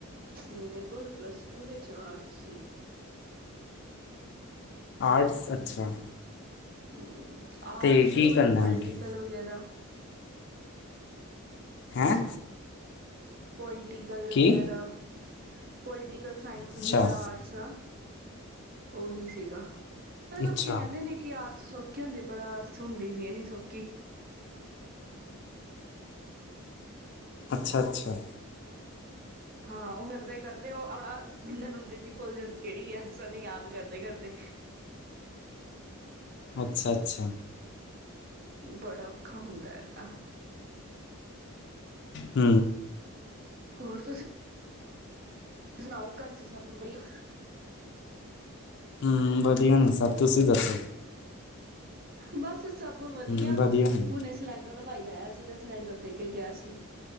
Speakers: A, on the right; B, on the left.
A: ਮੇਰੇ ਕੋਲ ਪਲੱਸ ਟੂ ਵਿੱਚ ਆਰਟਸ ਸੀ।
B: ਆਰਟਸ ਅੱਛਾ।
A: ਹਮ ਆਰਟਸ
B: ਤੇ ਕੀ
A: ਹੋਈ
B: ਕਰਨਾ
A: ਪੋਲੀਟੀਕਲ
B: ਅੱਗੇ
A: ਵਗੈਰਾ
B: ਹੈਂ?
A: ਪੋਈ ਪੋਟੀਕਲ
B: ਕੀ
A: ਵਗੈਰਾ ਪੋਲਟੀਕਲ ਸਾਇੰਸ
B: ਅੱਛਾ
A: ਵਗੈਰਾ ਆਰਟਸ ਦਾ ਉਹੀ ਸੀਗਾ। ਹਰ ਲੋਕੀ
B: ਅੱਛਾ ਅੱਛਾ
A: ਕਹਿੰਦੇ ਨੇ ਕਿ ਆਸ ਸੌਖੀ ਹੁੰਦੀ ਪਰ ਹੁੰਦੀ ਨੀ ਇਨੀ ਸੌਖੀ
B: ਅੱਛਾ-ਅੱਛਾ
A: ਹਾਂ, ਉਹ ਕਰਦੇ ਕਰਦੇ ਉਹ ਆਪਣਾ ਜਨਮ ਤਿੱਥੀ ਭੁੱਲ ਜਾਂਦੀ ਕਿਹੜੀ ਹੈ ਸਨ ਯਾਦ ਕਰਦੇ, ਕਰਦੇ
B: ਅੱਛਾ-ਅੱਛਾ
A: ਬੜਾ ਔਖਾ ਹੁੰਦਾ ਹੈਗਾ
B: ਹ
A: ਹੋਰ ਤੁਸੀਂ ਸੁਣਾਓ ਘਰ ਚ ਸਭ ਵਧੀਆ।
B: ਹੁੰ ਵਧੀਆ ਨੇ ਸਭ ਤੁਸੀਂ ਦੱਸੋ।
A: ਬੱਸ ਸਭ ਵਧੀਆ
B: ਹੂੰ ਨੇ
A: ਹੁਣੇ ਸਿਲੰਡਰ ਵਾ ਭਾਈ ਆਇਆ ਸੀਗਾ ਸਿਲੰਡਰ ਦੇ ਕੇ ਗਿਆ ਸੀ